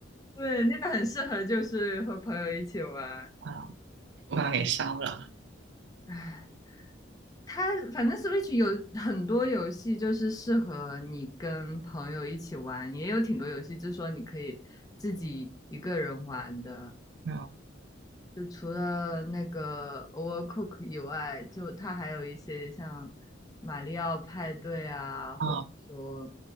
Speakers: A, on the left (about 20°); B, on the right (about 60°).
A: 对，那个很适合就是和朋友一起玩。
B: k 啊，厨房给烧了。
A: 唉，它反正 Switch 有很多游戏就是适合你跟朋友一起玩，也有挺多游戏就是说你可以自己一个人玩的。
B: 啊。
A: 就除了那个 Overcook 以外，就它还有一些像马里奥派对啊，或者说
B: 啊